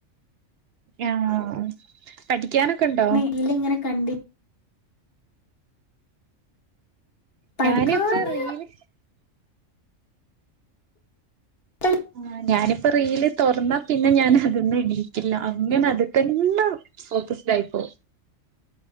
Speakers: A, on the right; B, on the left.
A: ആഹ് പഠിക്കാനൊക്കെണ്ടോ?
B: റീല്ങ്ങനെ കണ്ടി പഠിക്കാന്
A: ഞാനീപ്പോ റീല്
B: ടൈ-
A: ആഹ് ഞാനിപ്പോ റീൽ തുറന്നാ പിന്നെ ഞാൻ അത് ന്ന് എണീക്കില്ല അങ്ങനെ അത് തന്നെ ഫോക്കസിടായിപ്പോ